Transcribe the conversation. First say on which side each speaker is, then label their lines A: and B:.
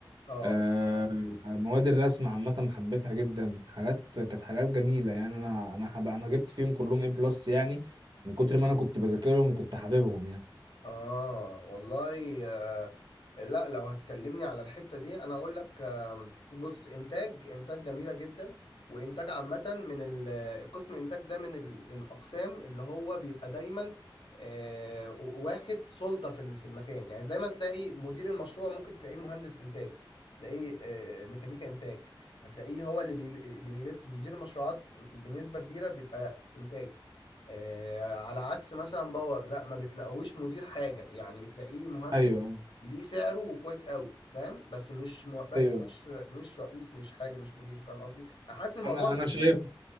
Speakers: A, on the left; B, on the right.
A: اه
B: آه... مواد الرسم عامه حبيتها جدا حاجات كانت حاجات جميله يعني انا انا حب... انا جبت فيهم كلهم اي بلس يعني من كتر ما انا كنت بذاكرهم وكنت حاببهم يعني
A: اه والله آه لا لو هتكلمني على الحتة دي انا اقول لك آه بص انتاج انتاج جميلة جدا وانتاج عامة من ال- القسم انتاج ده من ال من اقسام اللي هو بيبقى دايما آه واخد سلطة في ال- في المكان يعني دايما تلاقي مدير المشروع ممكن تلاقيه مهندس انتاج تلاقيه آه ميكانيكا انتاج هتلاقيه هو اللي بي اللي بيلف مدير المشروعات بنسبة كبيرة بيبقى انتاج آه، على عكس مثلا باور لا ما بتلاقيهوش مدير حاجة يعني بتلاقيه مهندس
B: ايوه
A: ليه سعره وكويس قوي فاهم بس مش مو... بس
B: ايوه
A: مش مش رئيس مش حاجة مش مدير فاهم قصدي انا حاسس الموضوع
B: انا
A: كبير
B: انا شايف